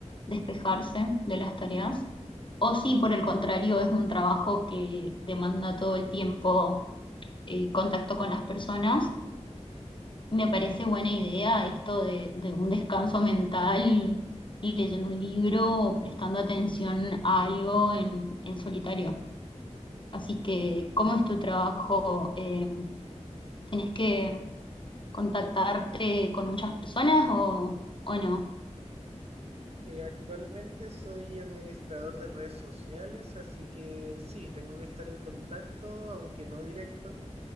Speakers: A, on the left (about 40°); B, on the right (about 55°).
A: despejarse de las tareas. O si por el contrario es un trabajo que demanda todo el tiempo eh, contacto con las personas Me parece buena idea esto de, de un descanso mental, leyendo un libro o prestando atención a algo en, en solitario. Así que, ¿cómo es tu trabajo? Eh, ¿tenés que contactarte con muchas personas o, o no?
B: Eh, actualmente soy administrador de redes sociales, así que sí, tengo que estar en contacto, aunque no directo